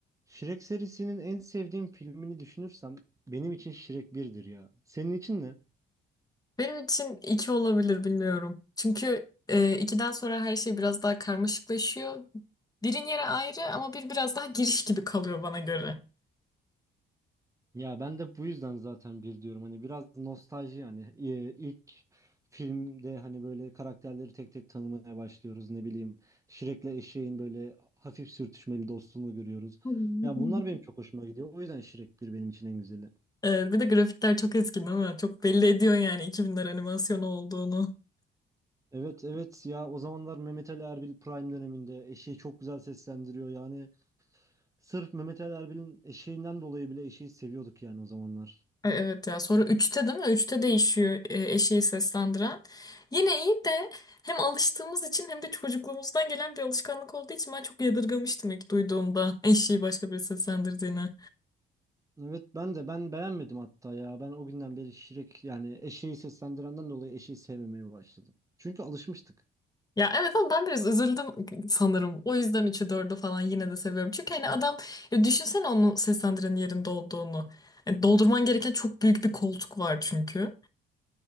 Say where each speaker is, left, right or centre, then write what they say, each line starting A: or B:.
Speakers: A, on the right; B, on the left.
A: Shrek serisinin en sevdiğim filmini düşünürsem benim için Shrek birdir ya. Senin için ne?
B: Benim için iki olabilir bilmiyorum. Çünkü e, ikiden sonra her şey biraz daha karmaşıklaşıyor. Birin yeri ayrı ama bir biraz daha giriş gibi kalıyor bana göre.
A: Ya ben de bu yüzden zaten bir diyorum. Hani biraz nostalji yani Ee, ilk filmde hani böyle karakterleri tek tek tanımaya başlıyoruz. Ne bileyim Shrek'le eşeğin böyle hafif sürtüşmeli dostluğunu görüyoruz.
B: <laughs>
A: Ya bunlar benim çok hoşuma gidiyor. O yüzden Shrek bir benim için en güzeli.
B: E, bir de grafikler çok eski değil mi? Çok belli ediyor yani 2000'ler animasyonu olduğunu.
A: Evet evet ya o zamanlar Mehmet Ali Erbil Prime döneminde eşeği çok güzel seslendiriyor yani Sırf Mehmet Ali Erbil'in eşeğinden dolayı bile eşeği seviyorduk yani o zamanlar.
B: E, evet ya sonra üçte değil mi? Üçte değişiyor e, eşeği seslendiren. Yine iyi de hem alıştığımız için hem de çocukluğumuzdan gelen bir alışkanlık olduğu için ben çok yadırgamıştım ilk duyduğumda eşeği başka biri seslendirdiğini.
A: Evet ben de ben beğenmedim hatta ya. Ben o günden beri Şirek yani eşeği seslendirenden dolayı eşeği sevmemeye başladım. Çünkü alışmıştık.
B: Ya evet ama ben biraz üzüldüm sanırım. O yüzden üçü dördü falan yine de seviyorum. Çünkü hani adam e, düşünsene onu seslendirenin yerinde olduğunu. E, doldurman gereken çok büyük bir koltuk var çünkü.